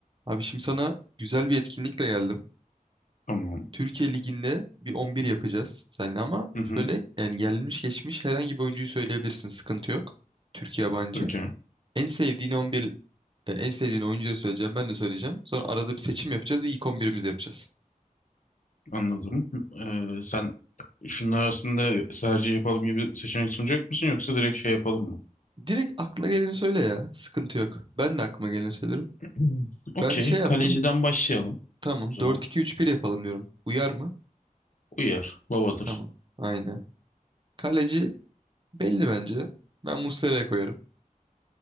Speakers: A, on the right; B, on the left.
A: Abi şimdi sana güzel bir etkinlikle geldim.
B: Tamam.
A: Türkiye Ligi'nde bir 11 yapacağız seninle ama
B: Hı hı.
A: şöyle yani gelmiş geçmiş herhangi bir oyuncuyu söyleyebilirsin. Sıkıntı yok. Türk yabancı.
B: Okey.
A: En sevdiğin 11 e, en sevdiğin oyuncuları söyleyeceğim. Ben de söyleyeceğim. Sonra arada bir seçim yapacağız ve ilk 11'imizi yapacağız.
B: Anladım. Ee, sen şunlar arasında tercih yapalım gibi seçenek sunacak mısın yoksa direkt şey yapalım mı? <clears throat>
A: Direkt aklına geleni söyle ya. Sıkıntı yok. Ben de aklıma geleni söylerim.
B: Hmm. Okey.
A: Ben şey yaptım.
B: Kaleciden başlayalım
A: Tamam
B: o zaman.
A: 4-2-3-1 yapalım diyorum. Uyar mı?
B: Uyar. Babadır.
A: Tamam. Aynen. Kaleci Belli bence. Ben Muslera'ya koyarım.